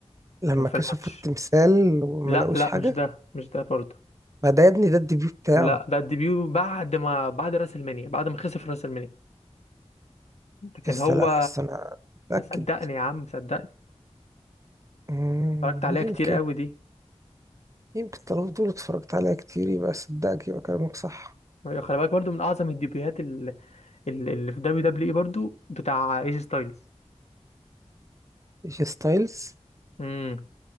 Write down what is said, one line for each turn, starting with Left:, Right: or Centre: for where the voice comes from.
Right: لما
Left: كان في
Right: كشفوا
Left: الماتش
Right: التمثال وما
Left: لا
Right: لقوش
Left: لا
Right: حاجه
Left: مش ده مش ده برضه
Right: ما ده يا ابني ده الديبيو بتاعه
Left: لا ده الديبيو بعد ما بعد راس المنيا بعد ما خسر في راس المنيا لكن
Right: يس
Left: هو
Right: لا يس انا متاكد
Left: صدقني يا عم صدقني
Right: مم،
Left: اتفرجت عليها
Right: يمكن
Left: كتير قوي دي
Right: يمكن طالما دول اتفرجت عليها كتير يبقى صدقك يبقى كلامك صح
Left: أيوة، خلي بالك برضه من اعظم الديبيوهات ال- ال- اللي في دبليو دبليو اي برضه بتاع ايجي ستايلز
Right: جي ستايلز
Left: امم